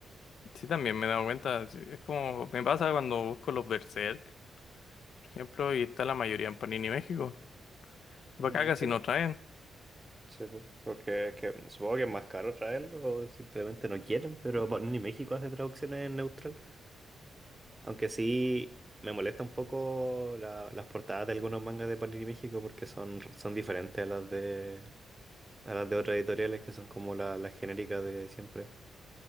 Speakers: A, on the left (about 70°); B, on the right (about 20°).
A: Sí, también me he dado cuenta. sí, Es como me pasa cuando busco los Berserk, por ejemplo, y está la mayoría en Panini México. Y
B: Mm,
A: para acá casi
B: sí, po,
A: no traen.
B: sí, po, Porque es que supongo que es más caro traerlo o simplemente no quieren, pero Panini México hace traducciones en neutral. Aunque sí me molesta un poco la- las portadas de algunos mangas de Panini México porque son, son diferentes a las de A las de otras editoriales que son como la- las genéricas de siempre,